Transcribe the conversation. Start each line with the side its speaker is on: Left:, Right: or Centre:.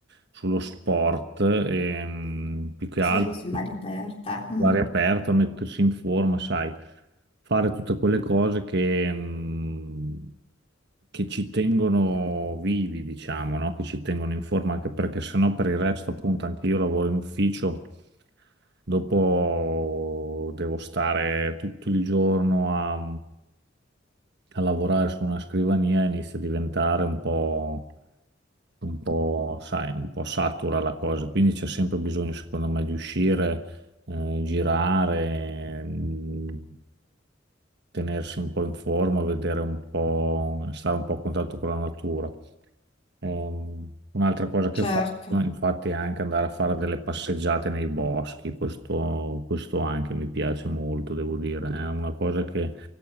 Right: sullo sport, e, mm, più che
Left: Sì,
Right: altro.
Left: sull'aria aperta. mm.
Right: l'aria aperta, mettersi in forma, sai, fare tutte quelle cose che, mh, che ci tengono vivi, diciamo, no? Che ci tengono in forma, anche perché sennò per il resto, appunto, anche io lavoro in ufficio, dopo devo stare tutto il giorno a, a lavorare su una scrivania e inizia a diventare un po' un po', sai, un po' satura la cosa, quindi c'è sempre bisogno, secondo me, di uscire, eh, girare, mh, tenersi un po' in forma, vedere un po', stare un po' a contatto con la natura. Ehm, un'altra cosa che
Left: Certo.
Right: faccio, infatti, è anche andare a fare delle passeggiate nei boschi, questo, questo anche mi piace molto, devo dire, è una cosa che